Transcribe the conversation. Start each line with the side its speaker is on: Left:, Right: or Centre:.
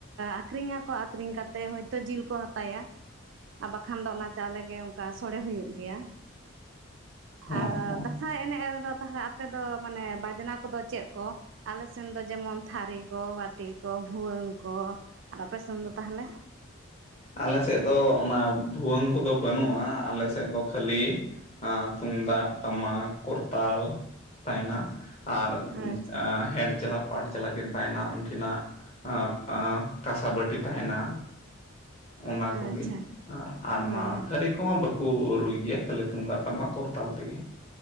Right: ᱟᱠᱷᱨᱤᱧᱟᱠᱚ ᱟᱠᱷᱨᱤᱧ ᱠᱟᱛᱮ ᱦᱳᱭᱛᱳ ᱡᱤᱞ ᱠᱚ ᱦᱟᱛᱟᱭᱟ᱾ ᱟᱨ ᱵᱟᱠᱷᱟᱱ ᱫᱚ ᱚᱱᱟ ᱪᱟᱣᱞᱮ ᱜᱮ ᱚᱝᱠᱟ ᱥᱚᱲᱮ ᱦᱩᱭᱩᱜ ᱜᱮᱭᱟ᱾
Left: ᱦᱚᱸ
Right: ᱟᱨ
Left: ᱦᱚᱸ
Right: ᱫᱷᱟ ᱥᱟᱸᱭ ᱮᱱᱮᱜ ᱨᱮᱫᱚ ᱛᱟᱦᱚᱞᱮ ᱟᱯᱮ ᱫᱚ ᱢᱟᱱᱮ ᱵᱟᱡᱽᱱᱟ ᱠᱚᱫᱚ ᱪᱮᱜ ᱠᱚ? ᱟᱞᱮᱥᱱ ᱫᱚ ᱡᱮᱢᱚᱱ ᱛᱷᱟᱨᱤ ᱠᱚ ᱵᱟᱹᱴᱤ ᱠᱚ ᱵᱷᱩᱣᱟᱹᱝ ᱠᱚ ᱟᱨ ᱟᱯᱮᱥᱱ ᱫᱚ ᱛᱟᱦᱚᱞᱮ?
Left: ᱟᱞᱮ ᱥᱮᱜ ᱫᱚ ᱚᱱᱟ ᱵᱷᱩᱣᱟᱹᱝ ᱠᱚᱫᱚ ᱵᱟᱹᱱᱩᱜᱼᱟ᱾ ᱟᱞᱮ ᱥᱮᱜ ᱫᱚ ᱠᱷᱟᱹᱞᱤ ᱮ ᱛᱩᱢᱫᱟᱜ ᱴᱟᱢᱟᱠ ᱠᱚᱨᱛᱟᱞ ᱛᱟᱦᱮᱱᱟ᱾ ᱟᱨ
Right: ᱟᱪᱪᱷᱟ
Left: ᱦᱮᱸᱰ ᱪᱮᱞᱟ ᱯᱟᱴ ᱪᱮᱞᱟ ᱠᱤᱱ ᱛᱟᱦᱮᱱᱟ ᱩᱝᱠᱤᱱᱟᱜ ᱮᱸ ᱮᱸ ᱛᱟᱥᱟ ᱵᱟᱹᱴᱤ ᱛᱟᱦᱮᱱᱟ᱾ ᱚᱱᱟ ᱠᱩᱜᱤ
Right: ᱟᱪᱪᱷᱟ
Left: ᱟ ᱟᱨ
Right: ᱦᱳᱭ
Left: ᱚᱱᱟ ᱛᱷᱟᱹᱨᱤ ᱠᱚᱦᱚᱸ ᱵᱟᱹᱠᱩ ᱨᱩᱭ ᱜᱮᱭᱟ, ᱠᱷᱟᱹᱞᱤ ᱛᱩᱢᱫᱟᱜ ᱴᱟᱢᱟᱠ ᱠᱚᱨᱛᱟᱞ ᱛᱮᱜᱮ᱾